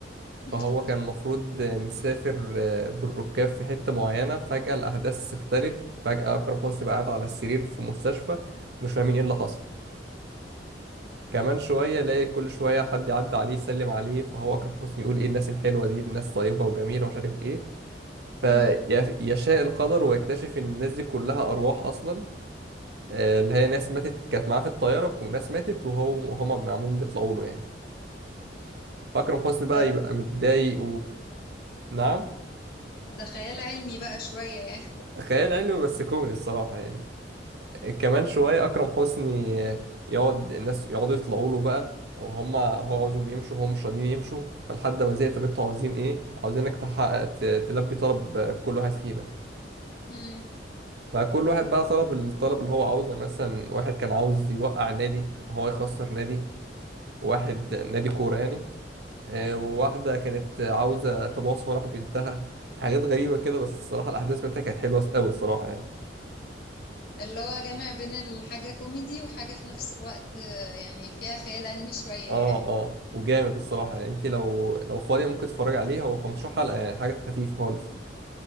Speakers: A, on the left; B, on the right.
A: مم.
B: فهو كان المفروض آه، مسافر آه، بالركاب في حتة معينة فجأة الأحداث تختلف فجأة أكرم حسني بقى قاعد على السرير في مستشفى مش فاهمين إيه اللي حصل
A: مم.
B: كمان شوية الاقي كل شوية حد يعدي عليه يسلم عليه فهو أكرم حسني يقول إيه الناس الحلوة دي الناس طيبة وجميلة ومش عارف إيه فيشاء
A: مم.
B: القدر ويكتشف إن الناس دي كلها أرواح أصلا آه، اللي هي ناس ماتت كانت معاه في الطيارة وناس ماتت وهو وهما عمالين بيطلعوا له يعني
A: مم.
B: أكرم حسني بقى
A: ده
B: يبقى متضايق ونعم
A: ده خيال علمي بقى شوية يعني
B: خيال علمي بس كوميدي الصراحة يعني
A: مم.
B: كمان شوية أكرم حسني يقعد الناس يقعدوا يطلعوا له بقى وهم هو عاوزهم يمشوا هم مش راضيين يمشوا فلحد ما زهق طب انتوا عاوزين ايه؟ عاوزينك تحقق ت- تلبي طلب كل واحد فينا
A: مم.
B: فكل واحد بقى طلب الطلب اللي هو عاوزه يعني مثلا واحد كان عاوز يوقع نادي هو يخسر نادي واحد نادي كورة يعني آه، وواحدة
A: مم.
B: كانت عاوزة تباص وراح بنتها حاجات غريبة كده بس الصراحة الأحداث بتاعتها كانت حلوة أوي الصراحة يعني
A: اللي هو جامع بين الحاجة كوميدي وحاجة في نفس الوقت آه، يعني فيها خيال علمي شوية
B: اه
A: يعني
B: اه وجامد الصراحة يعني انت لو لو فاضية ممكن تتفرج عليه هو 15 حلقة يعني حاجة خفيفة خالص